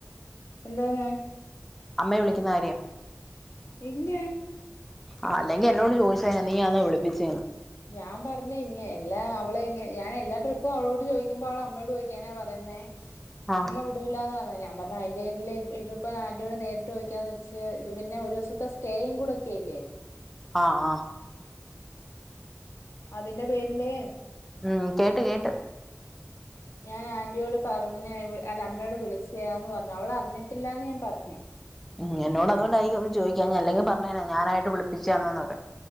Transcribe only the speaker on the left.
എന്തോന്ന്.
ഇല്ലാ
ഞാൻ പറഞ്ഞ ഇങ്ങ എല്ലാ അവളെ ഇങ്ങ ഞാൻ എല്ലാ ട്രിപ്പും അവളോട് ചോയിക്കുമ്പോ അവളമ്മോട് ചോയിക്കാനാ പറയുന്നേ
അമ്മ വി ടൂലാന്ന് പറഞ്ഞ ഞാൻ പറഞ്ഞ അയിന്റെ പേരില് ട്രിപ്പ് ആൻ്റിയോട് നേരിട്ട് ചോയിക്കാന്നച്ച് ഇത് പിന്നെ ഒരുസത്തെ സ്റ്റേയും കൂടെക്കെയില്ലേ
അതിന്റെ പേരില്
ഞാൻ ആൻ്റിയോട് പറഞ്ഞ് അല്ല അമ്മയോട് വിളിച്ചാന്ന് പറഞ്ഞു അവള അറിഞ്ഞിട്ടില്ലാന്ന് ഞാൻ പറഞ്ഞ്